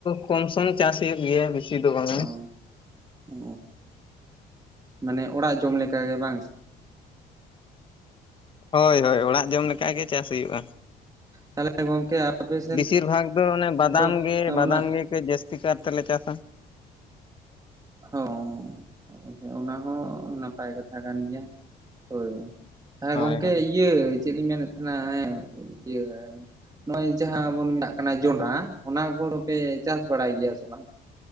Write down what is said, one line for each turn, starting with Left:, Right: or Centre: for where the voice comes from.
Left: ᱠᱚᱢ-ᱥᱚᱢ ᱪᱟᱥ ᱦᱩᱭᱩᱜ ᱜᱮᱭᱟ ᱵᱤᱥᱤ ᱫᱚ ᱵᱟᱝᱟ᱾
Right: ᱚ ᱚ, ᱢᱟᱱᱮ ᱚᱲᱟᱜ ᱡᱚᱢ ᱞᱮᱠᱟ ᱜᱮ ᱵᱟᱝ ᱥᱮ?
Left: ᱦᱳᱭ ᱦᱳᱭ, ᱚᱲᱟᱜ ᱡᱚᱢ ᱞᱮᱠᱟ ᱜᱮ ᱪᱟᱹᱥ ᱦᱩᱭᱩᱜ-ᱟ᱾
Right: ᱛᱟᱦᱚᱞᱮ ᱜᱚᱝᱠᱮ ᱟᱯᱮ ᱥᱮᱱ
Left: ᱵᱤᱥᱤᱨ ᱵᱷᱟᱜᱽ ᱫᱚ ᱚᱱᱮ ᱵᱟᱫᱟᱢ
Right: ᱫᱚ
Left: ᱜᱮ, ᱵᱟᱫᱟᱢ
Right: ᱚᱱᱟ
Left: ᱜᱮ᱾ ᱡᱟᱹᱥᱛᱤ ᱠᱟᱨ ᱛᱮᱞᱮ ᱪᱟᱥᱟ᱾
Right: ᱦᱚᱸ, ᱚᱱᱟ ᱦᱚᱸ ᱱᱟᱯᱟᱭ ᱠᱟᱛᱷᱟ ᱠᱟᱱ ᱜᱮᱭᱟ, ᱦᱳᱭ᱾ ᱦᱮᱸ
Left: ᱦᱳᱭ
Right: ᱜᱚᱝᱠᱮ
Left: ᱦᱳᱭ᱾
Right: ᱤᱭᱟᱹ ᱪᱮᱫ ᱞᱤᱧ ᱢᱮᱱᱮᱫ ᱛᱟᱸᱦᱮᱱᱟ ᱮᱸ ᱤᱭᱟᱹ ᱱᱚᱜ-ᱚᱭ ᱡᱟᱦᱟᱸ ᱵᱚᱱ ᱢᱮᱱᱟᱜ ᱠᱟᱱᱟ ᱡᱚᱸᱰᱨᱟ ᱚᱱᱟ ᱠᱚᱫᱚ ᱯᱮ ᱪᱟᱹᱥ ᱵᱟᱲᱟᱭ ᱜᱮᱭᱟ ᱥᱮ ᱵᱟᱝ?